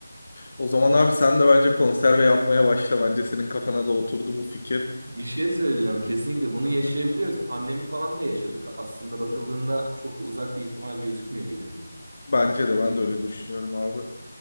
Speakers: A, on the left; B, on the right.
A: O zaman abi sen de bence konserve yapmaya başla. Bence senin kafana da oturdu bu fikir.
B: Bir şey söyleyeceğim. Kesinlikle bunu yaşayabiliyoruz.
A: Hı hı.
B: Pandemi falan da yaşadık. Aslında
A: Hı
B: bakıldığında
A: hı.
B: çok da uzak bir ihtimal gözükmüyor gibi.
A: Bence de ben de öyle düşünüyorum abi.